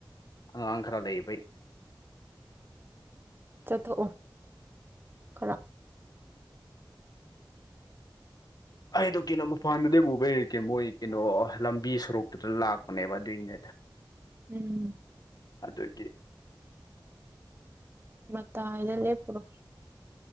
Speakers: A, on the left; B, on the right.
A: ꯑꯉꯥꯡ ꯈꯔ ꯂꯩꯕꯩ
B: ꯆꯊꯣꯑꯣ ꯈꯔ
A: ꯑꯩꯗꯣ ꯀꯩꯅꯣ ꯃꯄꯥꯟꯗꯗ ꯕꯨꯕꯩ ꯀ‌ꯦ ꯃꯣꯏ ꯀꯩꯅꯣ ꯂꯝꯕꯤ ꯁꯣꯔꯣꯛꯇꯨꯗ ꯂꯥꯛꯄꯅꯦꯕ ꯑꯗꯨꯏ <unintelligible>
B: ꯎꯝ
A: ꯑꯗꯨꯒꯤ
B: ꯃꯇꯥꯏꯗ ꯂꯦꯞꯄꯨꯔ‌ꯣ